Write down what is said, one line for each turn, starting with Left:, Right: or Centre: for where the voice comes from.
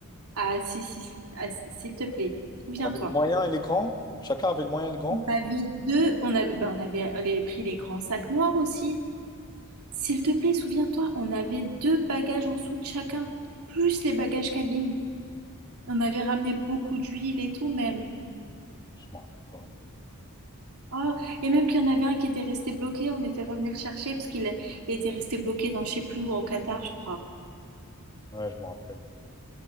Right: Ah, si, si, si, Ah, si- s'il te plaît, souviens-toi.
Left: On avait les moyens et les grands? Chacun avait le moyen et le grand?
Right: On avait deux... On avait, bah, on avait les- pris les grands sacs noirs aussi. S'il te plaît, souviens-toi, on avait deux bagages en dessous de chacun, plus les bagages cabine. On avait ramené beaucoup d'huile et tout, même.
Left: Je me rappelle pas.
Right: Ah, et même qu'il y en avait un qui était resté bloqué, on était revenu le chercher parce qu'il est- il était resté bloqué dans je sais plus où, au Qatar, je crois.
Left: Ouais, je me rappelle.